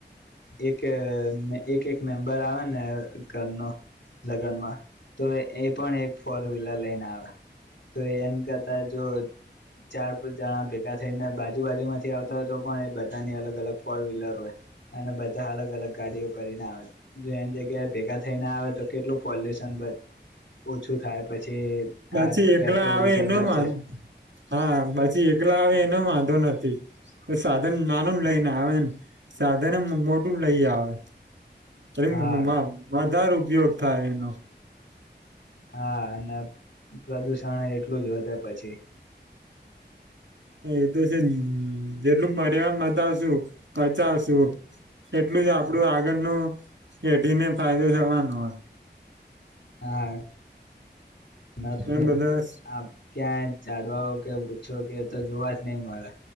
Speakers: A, on the left (about 85°); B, on the right (about 85°).
A: એક એક એક મેમ્બર આવે ને ઘરનો લગ્નમાં તો એ પણ એક ફોર વ્હીલર લઈને આવે તો એન કતા જો ચાર પાચ જણા ભેગા થઈને બાજુ બાાજુ માં થી આવતા હોય તો પણ એ બધાની અલગ અલગ ફોર વ્હીલર હોય અને બધા અલગ અલગ ગાડીઓ કરીને આવે જો એની જગ્યાએ ભેગા થઈ ના આવે તો કેટલું પોલ્યુશન શું થાય પછી આ
B: છી એકલા
A: પેટ્રોલ
B: આવે
A: ડીઝલ
B: એનો
A: બચે
B: મા, હા પછી એકલા આવે એનો માંધ તો નથી સાધન નાનું લઈને, આવે સાધનએમ મોટું લઈ આવે અરે
A: હા
B: માદાર ઉપયોગ થ, એનું
A: હા અને--પ્રદુષણ એટલું જ વધે પછી
B: હ એ તો છે ને જેટલું મર્યા મતાવશું, કચાવશું એટલું જ આપડું આ... ન એઢને ફાયદો થવાનું હોય
A: હા. ના તો,
B: એ બધા
A: આ ક્યાં જાડવાઓ કે વૃક્ષો કે તો જોવા જ નહી મળે,